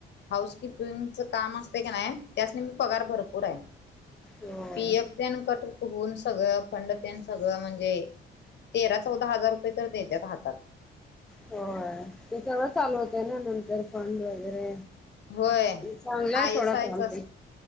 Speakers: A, on the left (about 60°); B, in the centre.
A: हाऊस किपिंगच काम असते की नाही त्यासनी पण पगार भरपूर आहे
B: होय.
A: पी एफ तेन कट होऊन सगळं फंड तेन सगळं म्हणजे तेरा चौदा हजार रुपये तर देत्यात. हातात
B: होय. ते सर्व चालू होतंय ना. नंतर फंड वगैरे
A: होय.
B: चांगलं
A: आय
B: आहे सोडा
A: एस आय
B: काम
A: च अस
B: ते.